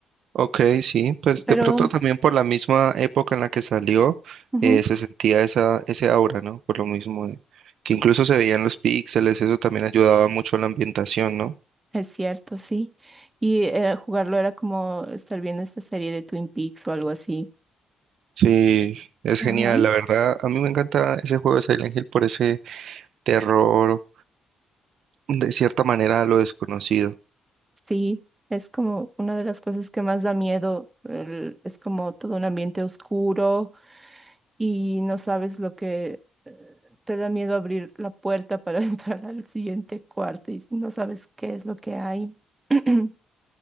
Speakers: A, on the right (about 65°); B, on the right (about 15°).
A: Ok, sí, pues
B: pero
A: de pronto también por la misma época en la que salió,
B: ujú,
A: eh, se sentía esa, ese aura, ¿no? Por lo mismo, de- que incluso se veían los píxeles, eso también ayudaba mucho a la ambientación, ¿no?
B: <clears throat> es cierto, sí. Y eh, jugarlo era como estar viendo esta serie de Twin Peaks o algo así.
A: Sí, es
B: Ajá.
A: genial, la verdad, a mí me encanta ese juego de Silent Hill por ese terror, de cierta manera, a lo desconocido.
B: Sí, es como una de las cosas que más da miedo. el- es como todo un ambiente oscuro y no sabes lo que eh, te da miedo abrir la puerta para <laughs> entrar al siguiente cuarto y no sabes qué es lo que hay. <clears throat>